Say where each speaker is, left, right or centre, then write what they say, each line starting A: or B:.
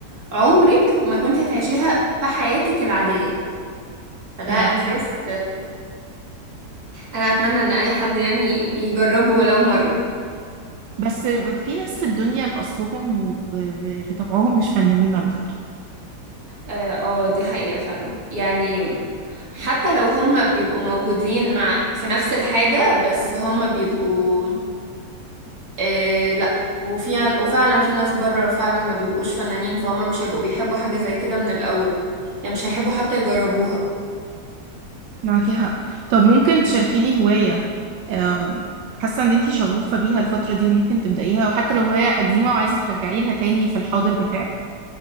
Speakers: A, on the right; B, on the right.
A: عمرك ما كنت هتعيشيها في حياتك العادية فده
B: معاكي
A: احساس
B: حق
A: انا اتمنى ان اي حد يعني يجربه ولو مره
B: بس في ناس في الدنيا بأصلهم وبطبعهم مش فنانين على فكرة
A: اه آه، دي حقيقه فعلا يعني حتى لو هم بيبقوا موجودين مع في نفس الحاجه بس هم بيبقوا آه لا وفي وفعلا في ناس بره فعلا ما بيبقوش فنانين فهم مش هيبقوا بيحبوا حاجه زي كده من الاول يعني مش هيحبوا حتى يجربوها
B: معاكي حق طب ممكن تشاركيني هواية أم، حاسة ان انتي شغوفة بيها الفترة دي وممكن تبدأيها وحتى لو هواية قديمة وعايزة ترجعيها تاني في الحاضر بتاعك